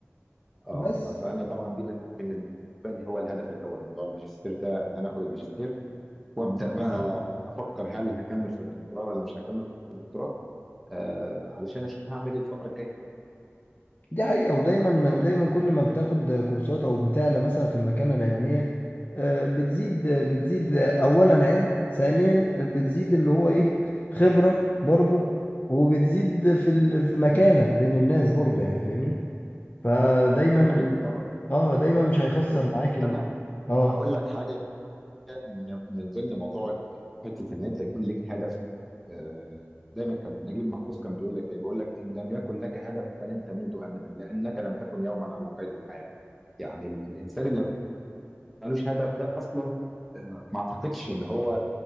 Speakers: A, in the centre; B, on the left.
A: اه
B: بس
A: فانا طبعا دي بال- بالنسبه لي هو الهدف الاول موضوع الماجستير ده ان انا اخد الماجستير وابدا بقى افكر هل هكمل في الدكتوراه ولا مش هكمل في الدكتوراه آه علشان اشوف هعمل ايه الفتره الجايه
B: دي حقيقة ودايما ودايما كل ما بتاخد كورسات أو بتعلى مثلا في المكانة العلمية آه، بتزيد بتزيد أولا علم ثانيا بتزيد اللي هو إيه خبرة برضه وبتزيد في ال- في مكانة
A: مم.
B: بين الناس برضه يعني فاهمني فدايما
A: دي حقيقه
B: ال-
A: طبعا
B: اه دايما مش هيخسر
A: ب-
B: معاك
A: بس
B: ال-
A: انا
B: اه
A: هقول لك حاجه ان من ضمن موضوع حته ان انت يكون لك هدف آه دايما كان نجيب محفوظ كان بيقول لك ايه بيقول لك ان لم يكن لك هدف فلن تموت ابدا لانك لم تكن يوما على قيد الحياه يعني ال- الانسان اللي ملوش هدف ده اصلا آه، ما اعتقدش ان هو